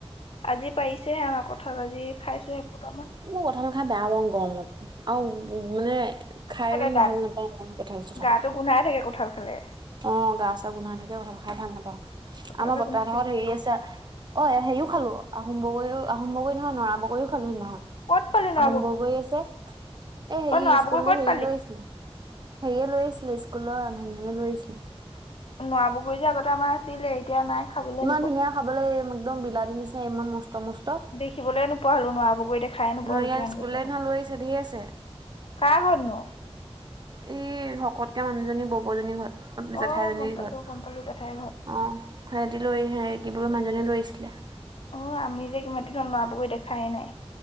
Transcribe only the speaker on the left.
আজি পাৰিছেহে, আমাৰ কঁঠাল আজি। খাইছো এফুটামান
থাকে
গাত
গাটো গোন্ধাই থাকে কঁঠাল খালে।
কঁঠাল
খালে
গোন্ধাই থাকে
ক'ত পালি নৰা
অ নৰা
বগৰী ক'ত
পালি
নৰা বগৰী যে, আগতে আমাৰ আছিলে, এতিয়া নাই। খাবলৈ
নোপোৱা
দেখিবলে নোপোৱা হ'লো নৰা বগৰী দেখাই নোপোৱা হ'লো,
কিমান
বছৰ
হ'ল।
কাৰ ঘৰত নো?
অ
গম পালো
গম পালো জেঠাইৰ
অঁ, আমি যে কিমানদিন হ'ল নৰা বগৰী দেখাই নাই।